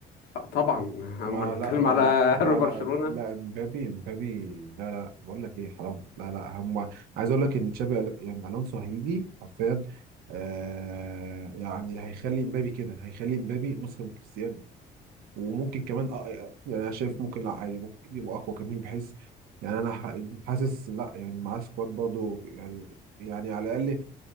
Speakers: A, on the left (about 85°); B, on the right (about 80°).
A: آه، طبعا هم
B: ما
A: اللي
B: لا
A: بتكلم
B: لا
A: على
B: لا لا
A: <laughs>
B: لا
A: برشلونه
B: لا لا، امبابي امبابي لا لا لا بقول لك ايه حرام لا لا هم عايز اقول لك ان تشابي أل- يعني الونسو هيجي حرفيا آه يعني هيخلي امبابي كده هيخلي امبابي نسخه من كريستيانو وممكن كمان أ- يعني انا شايف ممكن لا عادي ممكن يبقى اقوى كمان بحيث يعني انا ح- حاسس لا يعني معاه سكواد برضه يعني يعني على الاقل